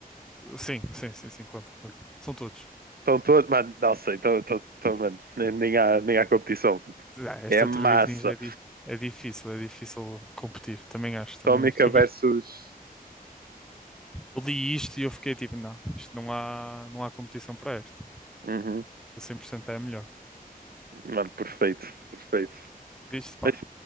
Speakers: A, in the centre; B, on the right.
A: Sim, sim, sim, sim, conta, conta. São todos.
B: Estão todos. Mano, não sei, estão, estão, estão, mano. Nem, nem, há, nem há competição.
A: Ah, As
B: É
A: tartarugas
B: massa.
A: ninja é, di- é difícil, é difícil competir. Também acho, também
B: Tómica
A: acho. Eu
B: versus.
A: vi, eu li isto e eu fiquei tipo, não, isto não há, não há competição para este.
B: Uhum.
A: A 100% é a melhor.
B: Mano, perfeito, perfeito.
A: Isto, pá.
B: Mas,